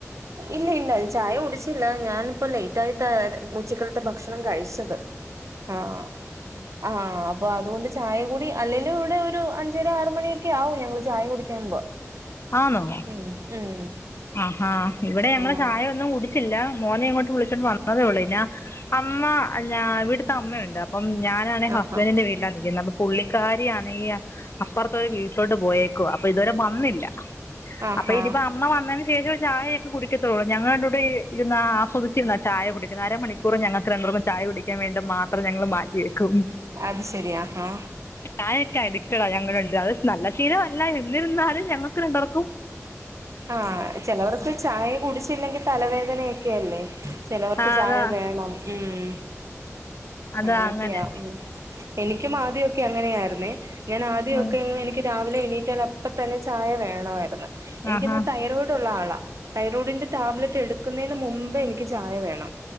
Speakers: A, on the right; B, on the left.
A: ഇല്ല ഇല്ല ചായ കുടിച്ചി ല്ല ഞാനിപ്പോ ലേറ്റ് ആയിട്ട് ഉച്ചക്കളത്തെ ഭക്ഷണം കഴിച്ചത്. ആഹ് ആഹ് അപ്പൊ അതുകൊണ്ട് കൂടി അല്ലെലും ഇവിടെ ഒരു അഞ്ചര ആറ് മണിയൊക്കെ ആവും ഞങ്ങള് ചായ കുടിക്കാമ്പോ.
B: ആന്നോ
A: ഉം ഉം
B: ആഹാ ഇവിടെ ഞങ്ങള്
A: ആഹ്
B: ചായ ഒന്നും കുടിച്ചി മോനെ ഇങ്ങോട്ട് വിളിച്ചോണ്ട് വന്നതേ ഒള്ള് പിന്ന അമ്മ ഇവിടുത്തെ അമ്മയണ്ട്. അപ്പം ഞാനാണ് ഹസ്ബന്റിന്റെ
A: ആഹാ
B: വീട്ടിലാ നിക്കുന്നെ പുള്ളിക്കാരിയാണെങ്ക അപ്പുറത്തര് വീട്ടിലോട്ട് പോയെ ക്കുവ അപ്പൊ ഇതുവരെ വന്നില്ല
A: ആഹാ
B: അപ്പൊ ഇതിപ്പ അമ്മ വ ശേഷം ചായയൊക്കെ കുടിക്കെത്തൊളളു ഞങ്ങെൾ രണ്ടുട്ടെരും ഇര് ഇര്ന്ന് ആസ്വാദി ച്ചിര്ന്നാ ചായ കുടിക്ക് അര മണിക്കൂർ ഞങ്ങൾക്ക് രണ്ടുർക്കും ചായ കുടിക്കാൻ വേണ്ട മാത്രം ഇത്ര ഞങ്ങെൾ മാറ്റി വെ ക്കും
A: അത് ശരി ആഹാ
B: ചായെക്ക് അഡിറ്റെഡാ ഞങ്ങെൾ രണ്ട് പേരും അത് നല്ല ശീലവല്ല എന്നിരുന്നാലും ഞങ്ങെക്ക് രണ്ട് പേർക്കും
A: ആഹ് ചെലവെർക്ക് ചായ കുടിച്ചില്ലെങ്കി തലവേദനയൊക്കെ അല്ലെ? ചെലവർക്ക്
B: ആ
A: ചായ
B: അതാ
A: വേണം. ഉം
B: അതാ
A: അങ്ങനെയൊക്കെയാ
B: അങ്ങനെ
A: ഉം എനിക്കും ആദ്യൊക്കെ അങ്ങനെയായിരുന്നേ ഞാൻ ആദ്യോക്കെ
B: ഉം
A: ങ്ങ് എനിക്ക് രാ വ് ലെ ണീറ്റാലപ്പത്തന്നെ ചായ വേണായിര്ന്ന്. എനിക്കിന്ന്
B: ആഹാ
A: തൈറോയ്ഡുള്ള ആളാ തൈറോഡിന്റെ ടാബ്ലറ്റ് എടുക്കുന്നയിന് മുമ്പേ എനിക്ക് ചായ വേണം.